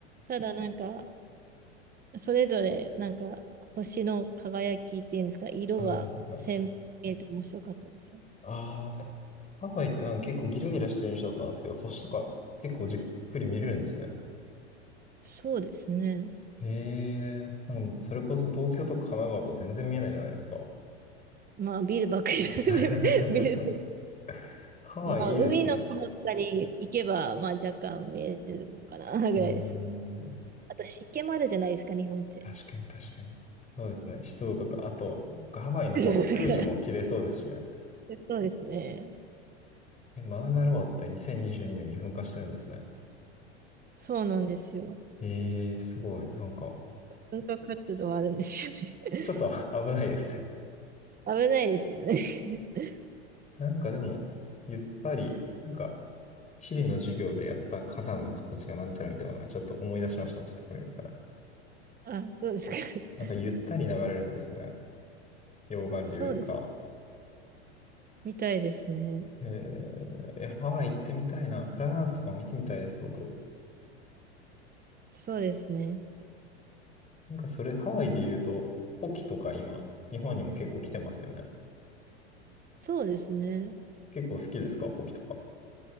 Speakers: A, on the right; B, on the left.
A: ただなんか、それぞれ、なんか、星の輝きっていうんですか、色が鮮明で面白かったですよ。
B: はいはいはい。ああ、ハワイってなんか結構ギラギラしてる印象だったんですけど、星とか結構じっくり見れるんですね。
A: そうですね。
B: へえ、なんかもうそれこそ東京とか神奈川とか全然見えないじゃないですか。
A: まあ、ビルばっかりですね
B: <laughs>
A: <laughs> ビル、
B: ハワイいいですね。
A: まあ、海の方とかに行けば、まあ、若干見えるのかな、ぐらいですね。
B: うーん、
A: あと、湿気もあるじゃないですか、日本って。
B: 確かに確かに。そうですね。湿度とか、あと、そっかハワイの方が空気も綺麗そうですしね。
A: <laughs> そうですね。
B: え、マウナロアって2022年にじゅうにねんに噴火してるんですね。
A: そうなんですよ。
B: ええすごい。なんか、
A: 文化活動あるんですよね。<laughs>
B: ちょっと <laughs> 危ないですね。
A: 危ないですよね。<laughs>
B: なんかでも、ゆったり、なんか、地理の授業でやった火山の形がなんちゃらみたいなのがちょっと思い出しました。ちょっとこれ見たら。
A: あ、そうですか。
B: なんかゆったり流れるんですね。
A: <laughs>
B: 溶岩流が。
A: そうです。みたいですね。
B: ええいや、ハワイ行ってみたいな。フラダンスとかも見てみたいです、僕。
A: そうですね。
B: なんかそれ、ハワイで言うと、ポキとか今、日本にも結構来てますよね。
A: そうですね。
B: 結構好きですか、ポキとか。